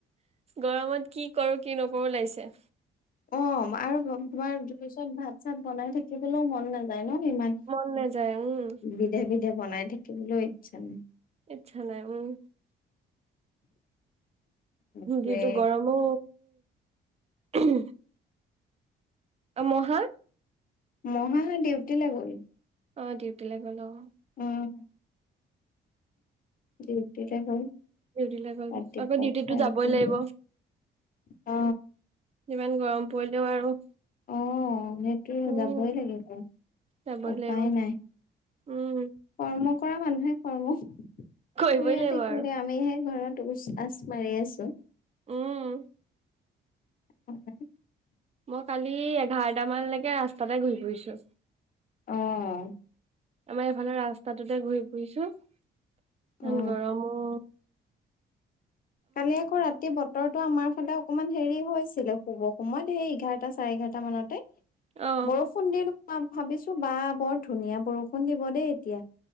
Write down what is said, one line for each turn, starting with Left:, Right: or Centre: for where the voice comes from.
Right: গৰমত কি কৰো, কি নকৰো লাগিছে।
Left: অ, আৰু তোমাৰ জুই চত ভাত, চাত বনাই থাকিবলৈও মন নাযায়, ন। ইমান
Right: মন নাযায় উম
Left: বিধে, বিধে বনাই থাকিবলৈও ইচ্ছা নাই।
Right: ইচ্ছা নাই, উম।
Left: বাপৰে।
Right: যিতটো গৰমো, উ। মহা।
Left: মহা, ডিউটিলে গ'ল।
Right: অ, ডিউটিলৈ গ'ল অ'।
Left: উম। ডিউটি লৈ গ'ল।
Right: ডিউটৈ গ'ল।
Left: ৰাতিপুৱা
Right: আকৌ ডিউটিতো
Left: খাই
Right: যাবই
Left: বৈ
Right: লাগিব।
Left: অ
Right: ইমান গৰম পৰিলেও আৰু।
Left: অ, সেইতোৱে
Right: উম
Left: যাবই লাগিব,
Right: যাবই
Left: উপায়
Right: লাগিব
Left: নাই।
Right: উম
Left: কৰ্ম কৰা মানুহে কৰ্ম কৰি
Right: কৰিবই লাগিব
Left: থাকিব,
Right: আৰু
Left: আমিহে ঘৰত উচ, আচ মাৰি আছো।
Right: উম।
Left: <inaudible>
Right: মই কালি এঘাৰটা মানলৈকে ৰাস্তাতে ঘৰি ফুৰিছো।
Left: আহ।
Right: আমাৰ এফালে ৰাস্তাটোতে ঘূৰি ফুৰিছো ইমান
Left: অ
Right: গৰমও।
Left: কালি আকৌ ৰাতি বতৰটো আমাৰ ফালে অকনমান হেৰি হৈছে। শুব সময়ত সেই এঘাৰতা চাৰে এঘাৰতা মানতে।
Right: অ
Left: বৰষুণ ভাবিছো বা বৰ ধুনীয়া বৰষুণ দিব দেই এতিয়া।